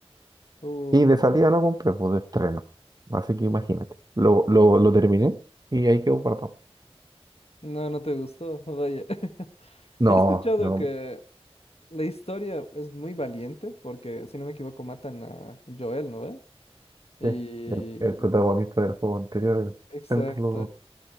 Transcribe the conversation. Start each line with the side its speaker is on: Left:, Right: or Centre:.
Left: Uh,
Right: Y de salida lo compré, pues de estreno. Así que imagínate. Lo, lo, lo terminé y ahí quedó guardado.
Left: no, no te gustó, <laughs> vaya. <laughs>
Right: No,
Left: Y He escuchado
Right: no.
Left: que la historia es muy valiente, porque si no me equivoco, matan a Joel, ¿no ve? Y.
Right: sí, El, el protagonista del juego anterior, el
Left: Exacto.
Right: Centro